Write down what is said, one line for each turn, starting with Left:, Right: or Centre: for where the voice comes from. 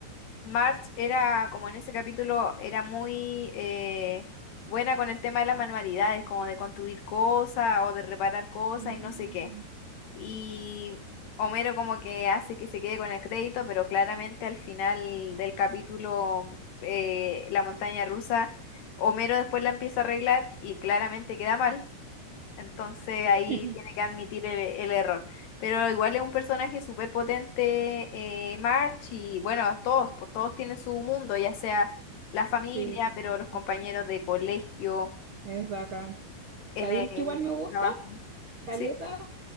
Left: March era como en ese capítulo era muy eh, buena con el tema de las manualidades, como de construir cosas o de reparar cosas
Right: Mm.
Left: y no sé qué. y Homero como que hace que se quede con el crédito, pero claramente al final del capítulo, eh, la montaña rusa, Homero después la empieza a arreglar y claramente queda mal. Entonces ahí
Right: <laughs>
Left: tiene que admitir el, el error. Pero igual es un personaje súper potente, eh, March, y bueno, todos, pues todos tienen su mundo, ya sea la familia,
Right: Sí,
Left: pero
Right: po,
Left: los compañeros de colegio,
Right: es bacán.
Left: en
Right: ¿Sabéis
Left: el
Right: que igual me gusta?
Left: trabajo.
Right: Caleta
Left: ¿Sí?